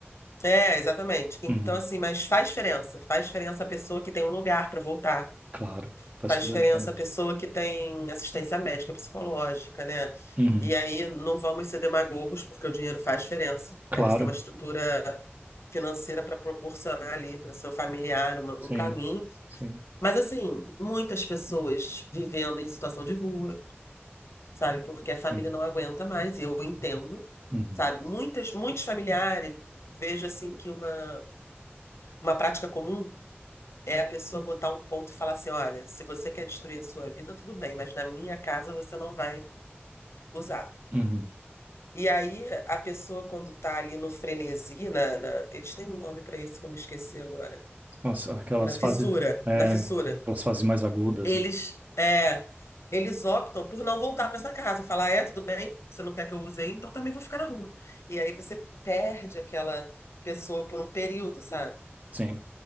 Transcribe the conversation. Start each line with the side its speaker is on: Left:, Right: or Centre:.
Left: É, exatamente. Então,
Right: Uhum.
Left: assim, mas faz diferença. Faz diferença a pessoa que tem um lugar para voltar.
Right: Claro, faz
Left: Faz
Right: toda
Left: diferença
Right: a diferença.
Left: a pessoa que tem assistência médica, psicológica, né?
Right: Uhum.
Left: E aí não vamos ser demagogos, porque o dinheiro faz diferença.
Right: Claro,
Left: Aí você tem uma estrutura financeira para proporcionar ali para seu familiar uma-
Right: sim,
Left: um caminho.
Right: sim,
Left: Mas, assim, muitas pessoas vivendo em situação de rua, sabe? Porque a família
Right: sim.
Left: não aguenta mais, eu entendo,
Right: Uhum.
Left: sabe? Muitas, muitos familiares, eu vejo assim que uma uma prática comum é a pessoa botar um ponto e falar assim: olha, se você quer destruir a sua vida, tudo bem, mas na minha casa você não vai usar.
Right: Uhum.
Left: E aí a pessoa, quando tá ali no frenesi, na, na- eles têm um nome para isso que eu me esqueci agora.
Right: Nossa, aquelas
Left: Na fissura,
Right: fases, é,
Left: na fissura.
Right: aquelas fases mais agudas,
Left: Eles,
Right: né?
Left: é, eles optam por não voltar para essa casa, falar: é, tudo bem, você não quer que eu use aí, então também vou ficar na rua. E aí você perde aquela pessoa por um período, sabe?
Right: Sim.